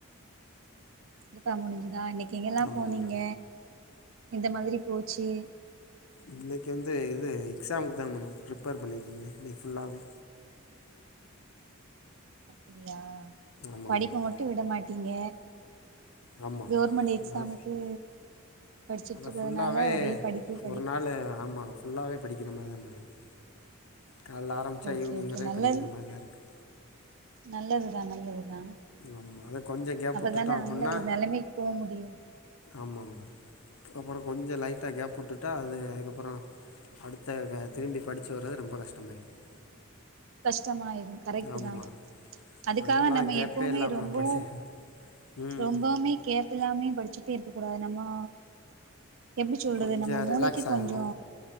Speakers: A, on the right (about 65°); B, on the left (about 85°).
A: சிறப்பா முடிஞ்சுதா இன்னிக்கி எங்கெல்லா
B: ஆமாம்
A: போனீங்க
B: மேடம்
A: எந்த மாதிரி போச்சி
B: இன்னிக்கி வந்து இது எக்ஸாமுக்கு தா மேடம் ப்ரிப்பேர் பண்ணிட்டிருந்தே இன்னிக்கி ஃபுல்லாவே
A: அப்படியா
B: ஆமா
A: படிப்ப
B: மேடம்
A: மட்டு விட மாட்டீங்க
B: ஆமா
A: கோர்மெண்ட் எக்ஸாமுக்கு
B: அது
A: படிச்சுட்டிருக்கறதுனால
B: அதா ஃபுல்லாவே
A: ஒரே படிப்பு படிப்பு
B: ஒரு நாள் ஆமா ஃபுல்லாவே படிக்கிற மாரிதா மேடோ இருக் கால்ல ஆரம்பிச்சா
A: ஓகே
B: ஈவ்னிங்
A: ஓகே
B: வர
A: நல்லது
B: படிக்கிற மாரிதா இருக்கு
A: நல்லதுதா நல்லதுதா
B: ஆமா அத கொஞ்சோ கேப்
A: அப்பதான
B: விட்டுட்டோ அப்பின்னா
A: நல்ல ஒரு நெலைமைக்கு போ முடியு
B: ஆமா மேடம் அப்பறோ கொஞ்சோ லைட்டா கேப் வுட்டுட்டா அது அதுக்கப்பறோ அடுத்த அ திரும்பி படிச்சு வர்றது ரொம்ப கஷ்டமாயிருது
A: கஷ்டமாயிடும் கரெக்டு
B: ஆமா
A: தா அதுக்காக
B: அதனால தா
A: நம்ம
B: கேப்பே
A: எப்பவுமே
B: இல்லாம
A: ரொம்பவு
B: படிச்சு ம்
A: ரொம்பவுமே கேப்பில்லாமே படிச்சுட்டே இருக்க கூடாது நம்மலு எப்டி சொல்றது
B: கொஞ்சோ
A: நம்ம மூளைக்கி
B: ரிலாக்ஸ்
A: கொஞ்சோ
B: ஆகணு